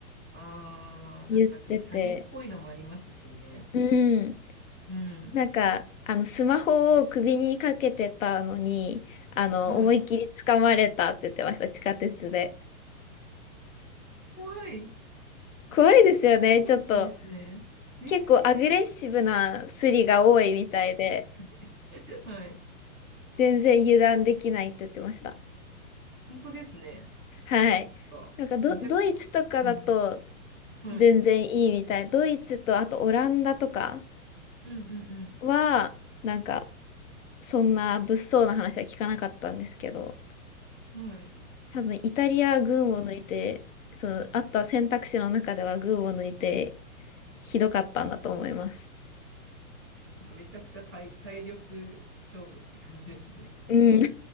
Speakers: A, in the centre; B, on the left (about 65°).
A: あー、
B: 言ってて、
A: なんかちょっと詐欺っぽいのもありますしね。
B: うん。
A: うん。
B: なんかあのスマホを首にかけてたのに、あの思いっきり掴まれたって言ってました、
A: はい。
B: 地下鉄で。
A: 怖い。
B: 怖いですよね、
A: そうなんですね。
B: ちょっと。
A: ええ、
B: 結構アグレッシブなスリが多いみたいで、
A: 確かに。<laughs> はい。
B: 全然油断できないって言ってました。
A: 本当ですね。
B: はい。
A: なんか、
B: なんかド、
A: めちゃ、
B: ドイツとかだと
A: うん。はい。
B: 全然いいみたい。ドイツとあとオランダとか
A: うんうん
B: は、なんかそんな物騒な話は聞かなかったんですけど、
A: うん。はい。
B: 多分イタリア群を抜いて、そのあった選択肢の中では群を抜いてひどかったんだと思います。
A: なんかめちゃくちゃ体、体力勝負って感じですね。
B: うん。